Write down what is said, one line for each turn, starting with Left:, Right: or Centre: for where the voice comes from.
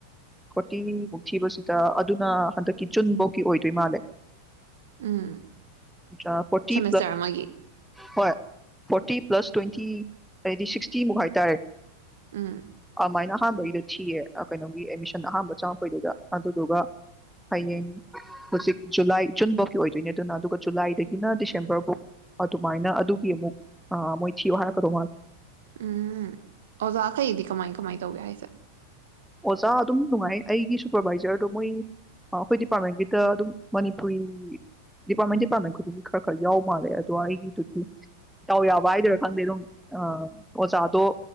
Centre: ꯐꯣꯔꯇꯤ ꯃꯨꯛ ꯊꯤꯕꯁꯤꯗ ꯑꯗꯨꯅ ꯍꯟꯗꯛꯀꯤ ꯖꯨꯟꯐꯧꯒꯤ ꯑꯣꯏꯗꯣꯏ ꯃꯥꯜꯂꯦ
Right: ꯎꯝ
Centre: ꯐꯣꯔꯇꯤ
Right: ꯁꯦꯃꯤꯁꯇꯔ ꯑꯃꯒꯤ
Centre: ꯍꯣꯏ ꯐꯣꯔꯇꯤ ꯄ꯭ꯂꯁ ꯇ꯭ꯋꯦꯟꯇꯤ ꯍꯥꯏꯗꯤ ꯁꯤꯛꯁꯇꯤꯃꯨꯛ ꯍꯥꯏꯇꯥꯔꯦ
Right: ꯎꯝ
Centre: ꯀꯃꯥꯏꯅ ꯑꯍꯥꯟꯕꯩꯗ ꯊꯤꯌꯦ ꯀꯩꯅꯣꯒꯤ ꯑꯦꯗꯃꯤꯁꯟ ꯑꯍꯥꯟꯕ ꯆꯪꯉꯛꯄꯩꯗꯨꯗ ꯑꯗꯨꯗꯨꯒ ꯍꯌꯦꯡ ꯍꯧꯖꯤꯛ ꯖꯨꯂꯥꯏ ꯖꯨꯟꯐꯧꯒꯤ ꯑꯣꯏꯗꯣꯏꯅꯦ ꯑꯗꯨꯅ ꯑꯗꯨꯒ ꯖꯨꯂꯥꯏꯗꯒꯤꯅ ꯗꯤꯁꯦꯝꯕꯔ ꯑꯗꯨꯃꯥꯏꯅ ꯑꯗꯨꯒꯤ ꯑꯃꯨꯛ ꯑ ꯃꯣꯏ ꯊꯤꯌꯨ ꯍꯥꯏꯔꯛꯀꯗꯧ ꯃꯥꯂ
Right: ꯎꯝ ꯑꯣꯖꯥꯈꯩꯗꯤ ꯀꯃꯥꯏ ꯀꯃꯥꯏ ꯇꯧꯒꯦ ꯍꯥꯏꯁꯦ
Centre: ꯑꯣꯖꯥ ꯑꯗꯨꯝ ꯅꯨꯡꯉꯥꯏ ꯑꯩꯒꯤ ꯁꯨꯄꯔꯕꯥꯏꯖꯔꯗꯣ ꯃꯣꯏ ꯑꯩꯈꯣꯏ ꯗꯤꯄꯥꯔꯠꯃꯦꯟꯒꯤꯗ ꯑꯗꯨꯝ ꯃꯅꯤꯄꯨꯔꯤ ꯗꯤꯄꯥꯔꯠꯃꯦꯟ ꯗꯤꯄꯥꯔꯠꯃꯦꯟ ꯈꯨꯗꯤꯡꯒꯤ ꯈꯔ ꯈꯔ ꯌꯥꯎ ꯃꯥꯜꯂꯦ ꯑꯗꯣ ꯑꯩꯒꯤꯗꯨꯗꯤ ꯏꯇꯥꯎ ꯌꯥꯕ ꯍꯥꯏꯗꯣꯏꯔꯥ ꯈꯪꯗꯦ ꯑꯗꯨꯝ ꯑꯣꯖꯥꯗꯣ